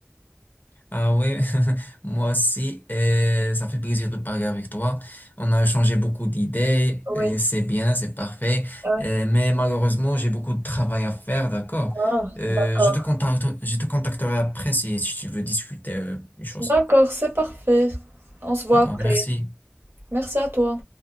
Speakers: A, on the left; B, on the right.
A: ah oui, <laughs> moi aussi, euh, ça fait plaisir de parler avec toi. On a échangé beaucoup d'idées, et
B: Oui.
A: c'est bien, c'est parfait.
B: Ouais.
A: Euh, mais malheureusement, j'ai beaucoup de travail à faire, d'accord?
B: Ah,
A: Euh,
B: d'accord.
A: je te contacte, je te contacterai après si, si tu veux discuter euh, des choses.
B: D'accord, c'est parfait. On se voit
A: D'accord,
B: après.
A: merci.
B: Merci à toi.